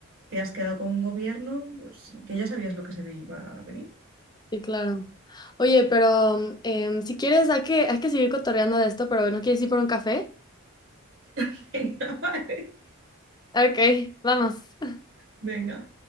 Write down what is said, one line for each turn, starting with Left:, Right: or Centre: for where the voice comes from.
Right: te has quedado con un gobierno pues, que ya sabías lo que se iba a venir.
Left: sí, claro. Oye, pero em, si quieres, hay que, hay que seguir cotorreando de esto, pero ¿no quieres ir por un café?
Right: <laughs> Venga, vale,
Left: Ok, vamos.
Right: venga.